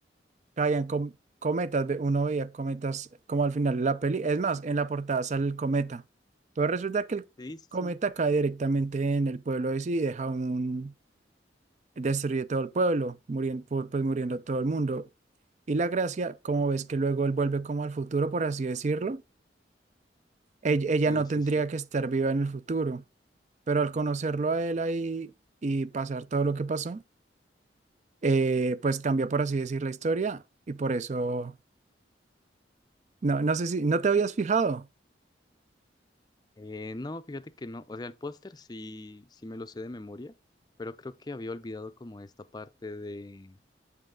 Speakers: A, on the right; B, on the left.
A: Caían com- cometas, ve- uno veía cometas como al final de la peli. Es más, en la portada sale el cometa. Pero resulta que el
B: Sí, sí,
A: cometa cae directamente en el pueblo de sí y deja un... destruye todo el pueblo, muriendo, pues muriendo todo el mundo. Y la gracia, como ves que luego él vuelve como al futuro, por así decirlo, ell- ella,
B: sí,
A: no
B: sí,
A: tendría
B: sí.
A: que estar viva en el futuro, pero al conocerlo a él ahí y pasar todo lo que pasó, eh, pues cambia, por así decir, la historia y por eso No, no sé si, ¿no te habías fijado?
B: Eh, no, fíjate que no, o sea, el póster sí, sí me lo sé de memoria, pero creo que había olvidado como esta parte de